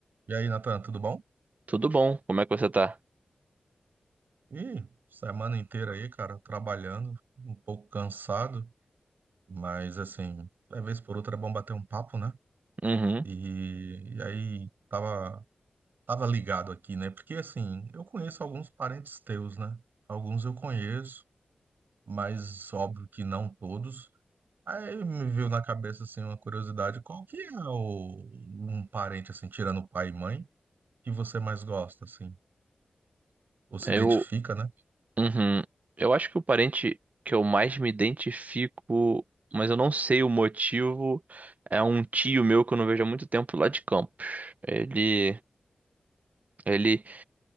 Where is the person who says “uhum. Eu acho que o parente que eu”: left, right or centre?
Right